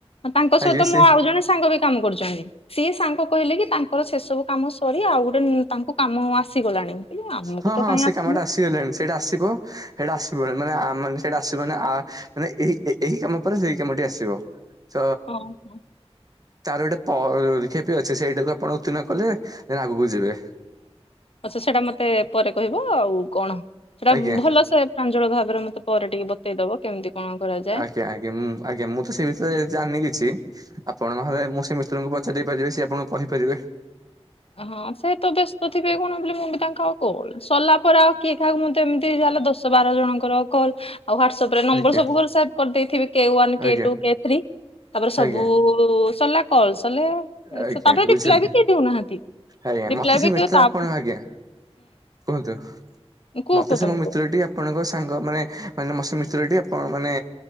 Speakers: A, on the left; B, on the right.
A: ତାଙ୍କ
B: ଆଜ୍ଞା
A: ସହିତ
B: ସେଇ
A: ମୁଁ ଆଉ ଜଣେ ସାଙ୍ଗ ବି କାମ କରୁଛନ୍ତି ସିଏ ସାଙ୍ଗ କହିଲେ କି ତାଙ୍କର ସେ ସବୁ କାମ କରି ଆଉ ଗୋଟେ ନୂ ତାଙ୍କୁ କାମ ଆସିଗଲାଣି। ଆମକୁ
B: ହଁ
A: ତ
B: ହଁ
A: କାହିଁ
B: ସେଇ
A: ଆସିନି
B: କାମଟା ଆସ୍ ଆସିଗଲାଣି ସେଇଟା ଆସିବ ସେଇଟା ଆସିବ ମାନେ ଆ-ଆମ ସେଇଟା ଆସିବ ମାନେ ଆ-ଆ ଏହି ଏ ଏହି କାମ ପରେ ସେଇ କାମଟି ଆସିବ ତ
A: ହଁ ହଁ
B: ତାର ଗୋଟେ ପରୀକ୍ଷା ବି ଅଛି, ସେଇଟାକୁ ଆପଣ ଉତ୍ତୀର୍ଣ୍ଣ କଲେ ଦେନ୍ ଆଗକୁ ଯିବେ।
A: ଆଚ୍ଛା ସେଟା ମତେ ପରେ କହିବ ଆଉ କଣ। ସେଟା
B: ଆଜ୍ଞା।
A: ଭଲସେ ପ୍ରାଞ୍ଜଳ ଭାବରେ ମତେ ପରେ ଟିକେ ବତେଇ ଦବ କେମିତି କଣ କରାଯାଏ।
B: ଆଜ୍ଞା ଆଜ୍ଞା, ମୁଁ ଆଜ୍ଞା ମୁଁ ତ ସେ ବିଷୟରେ ଜାଣିନି କିଛି। ଆପଣ ନହେଲେ ମୁଁ ସେ ମିସ୍ତ୍ରୀଙ୍କୁ ପଚାରି ଦେଇ ପାରିବି ସେ ଆପଣଙ୍କୁ କହିପାରିବେ।
A: ହଁ ସେ ତ ବ୍ୟସ୍ତ ଥିବେ କଣ ବୋଲି ମୁଁ ବି ତାଙ୍କୁ ଆଉ କହୁ ସରିଲା ପରେ ଆଉ କିଏ କାହାକୁ ମୁଁ ତ ଏମିତି ଯା ହେଲେ ଦଶ ବାର ଜଣଙ୍କର କଲ୍ ଆଉ ହ୍ୱାଟସଆପରେ ନମ୍ବର
B: ଆଜ୍ଞା
A: ସବୁ ଗୁରା ସେଭ୍ କରି ଦେଇଥିବି କେ ୱାନ୍
B: ଆଜ୍ଞା।
A: କେ ଟୁ କେ ଥ୍ରୀ ତାପରେ ସବୁ
B: ଆଜ୍ଞା
A: <inaudible> ସରିଲା କଲ୍ ସରିଲେ
B: ଆଜ୍ଞା,
A: ସେ ତାପରେ
B: ବୁଝିଲି।
A: ରିପ୍ଲାଏ ବି କେହି ଦଉନାହାନ୍ତି।
B: ଆଜ୍ଞା,
A: ରିପ୍ଲାଏ
B: ମତେ ସେ
A: ବି
B: ମିତ୍ର
A: କେହି ତା
B: ଆପଣ
A: ହୁଁ
B: ଆଜ୍ଞା କୁହନ୍ତୁ,
A: କୁହ
B: ମତେ
A: କୁହ
B: ସେ
A: ତମେ
B: ମୋ ମିତ୍ର
A: କୁହ
B: ଟିକେ ଆପଣଙ୍କ ସାଙ୍ଗ ମାନେ, ମାନେ ମୋର ସେ ମିତ୍ରଟି ଆପଣ ମାନେ